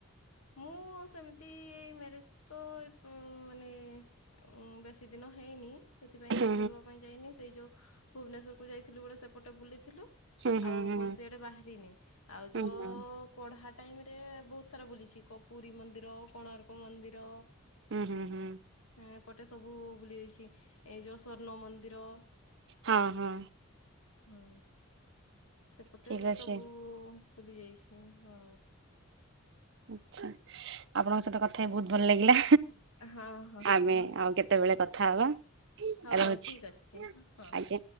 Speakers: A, on the left (about 70°); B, on the right (about 55°).
A: ମୁଁ ସେମିତି ଏଇ ମ୍ୟାରେଜ ତ ମାନେ ଉଁ ବେଶୀ ଦିନ ହେଇନି। ସେଥିପାଇଁ ଏତେ
B: ହୁଁ
A: ବୁଲିବା ପାଇଁ ଯାଇନି ସେଇ ଯୋଉ ଭୁବନେଶ୍ୱର କୁ ଯାଇଥିଲୁ ଗୋଟେ ସେପଟେ ବୁଲିଥିଲୁ।
B: ହୁଁ ହୁଁ
A: ଆଉ
B: ହୁଁ
A: କୌଣସି ଆଡେ ବାହାରିନି ଆଉ
B: ହୁଁ
A: ଯୋଉ
B: ହୁଁ ହୁଁ
A: ପଢ଼ା। ଟାଇମ ରେ ବହୁତ ସାରା ବୁଲିଛି ପୁରୀ ମନ୍ଦିର କୋଣାର୍କ ମନ୍ଦିର।
B: ହୁଁ ହୁଁ ହୁଁ
A: ହଁ ଏପଟେ ସବୁ ବୁଲି ଦେଇଛି ଏଇ ଯଉ ସ୍ଵର୍ଣ୍ଣ ମନ୍ଦିର
B: ହଁ ହଁ।
A: ହଁ ସେପଟେ
B: ଠିକ ଅଛି।
A: ସବୁ ବୁଲି ଯାଇଛି ହଁ।
B: ଆଛା ଆପଣଙ୍କ ସହିତ କଥା ହି ବହୁତ ଭଲ ଲାଗିଲା।
A: ହଁ ହଁ
B: ଆମେ
A: ହଁ
B: ଆଉ କେତେବେଳେ କଥା ହବା।
A: ହଉ
B: ରହୁଛି
A: ଠିକ ଅଛି ହଁ।
B: ଆଜ୍ଞା।